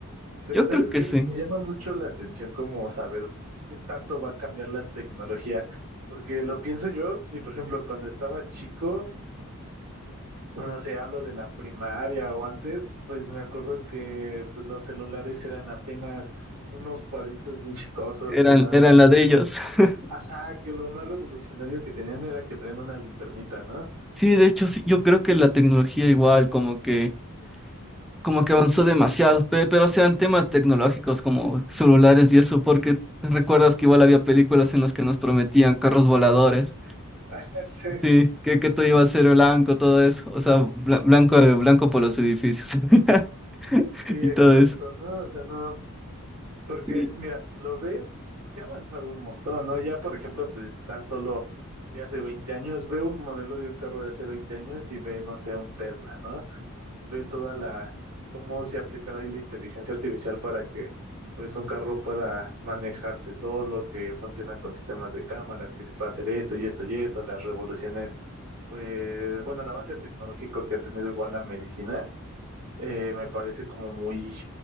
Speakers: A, on the right (about 85°); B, in the centre.
A: Pero
B: Yo creo
A: ¿sabes
B: que
A: qué?
B: sí,
A: Me llama mucho la atención como saber qué tanto va a cambiar la tecnología. Porque lo pienso yo, y por ejemplo, cuando estaba chico, No sé, hablo de la primaria o antes, pues me acuerdo que pues los celulares eran apenas unos cuadritos bien chistosos
B: eran,
A: que nada
B: eran
A: más.
B: ladrillos. <laughs>
A: Ajá, que lo más revolucionario que tenían era que traían una linternita, ¿no?
B: Sí, de hecho sí, yo creo que la tecnología igual como que, como que avanzó demasiado, pe- pero sean temas tecnológicos como celulares y eso, porque recuerdas que igual había películas en las que nos prometían carros voladores,
A: <laughs> Ajá, Sí,
B: sí, que, que todo iba a ser blanco, todo eso, o sea, bla- blanco, blanco por los edificios <laughs>
A: sí,
B: y
A: exacto,
B: todo eso.
A: ¿no? O sea, no, porque
B: Sí.
A: mira, si lo ves, ya ha avanzado un montón, ¿no? Ya, por ejemplo, pues tan solo de hace 20 años, ve un modelo de un carro de hace 20 años y ve, no sé, un Tesla, ¿no? ve toda la, cómo se ha aplicado ahí la inteligencia artificial para que pues un carro pueda manejarse solo, que funciona con sistemas de cámaras, que se pueda hacer esto y esto y esto, las revoluciones, pues bueno, el avance tecnológico que ha tenido igual la medicina, eh, me parece como muy,